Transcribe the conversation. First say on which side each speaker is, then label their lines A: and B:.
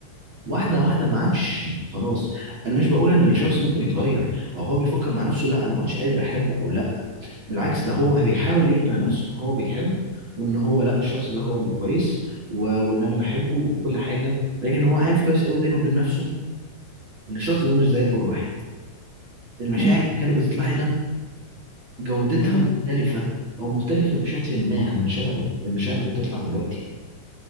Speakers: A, on the right (about 40°); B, on the left (about 40°).
A: واحده واحده ما عادش خلاص انا مش بقول ان الشخص ممكن يتغير او هو بيفكر مع نفسه لا انا ما عادش قادر احب او لا بالعكس ده هو بيحاول يقنع نفسه
B: مم.
A: ان هو بيحب وان هو لا الشخص ده هو الكويس و... وان انا بحبه وكل حاجه لكن هو عارف كويس قوي بينه وبين نفسه ان الشخص ده مش زي اول واحد المشاعر
B: مم.
A: اللي كانت بتطلع هنا جودتها
B: ايوه
A: مختلفه او مختلفه بشكل ما عن المشاعر المشاعر اللي بتطلع دلوقتي